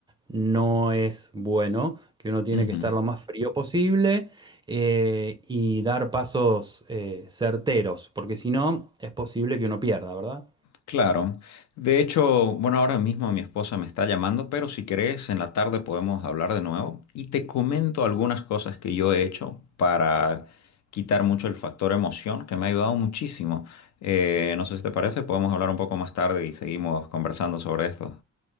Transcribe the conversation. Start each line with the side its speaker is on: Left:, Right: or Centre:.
Right: no es bueno, que uno tiene
Left: Ujú.
Right: que estar lo más frío posible eh, y dar pasos eh, certeros, porque si no es posible que uno pierda, ¿verdad?
Left: Claro. De hecho, bueno, ahora mismo mi esposa me está llamando, pero si querés, en la tarde podemos hablar de nuevo y te comento algunas cosas que yo he hecho para quitar mucho el factor emoción, que me ha ayudado muchísimo. Eh, no sé si te parece, podemos hablar un poco más tarde y seguimos conversando sobre esto.